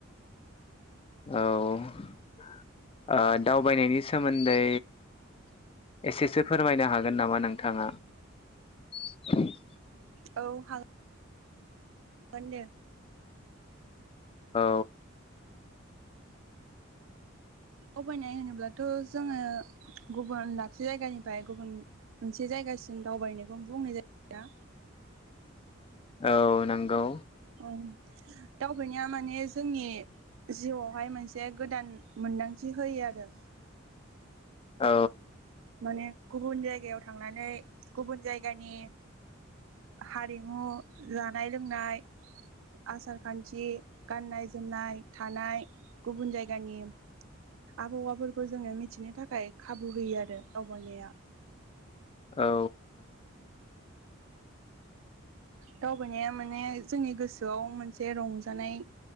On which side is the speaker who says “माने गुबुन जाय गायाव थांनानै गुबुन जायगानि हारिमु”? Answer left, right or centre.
Right